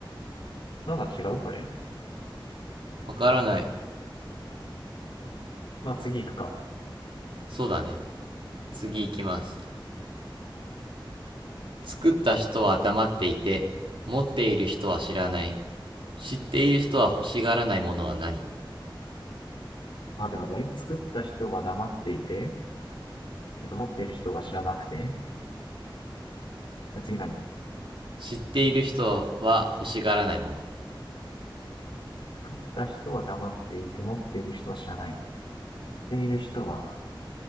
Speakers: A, on the left; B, on the right.
A: なんか違うこれ。
B: うわからない。
A: まあ、次行くか。
B: そうだね。次行きます。作った人は黙っていて、持っている人は知らない。知っている人は欲しがらないものは何
A: 待て待て。作った人は黙っていて、えっと、持っている人は知らなくて。次何
B: 知っている人は欲しがらないもの。
A: 作った人は黙っていて、持っている人は知らない。持っている人は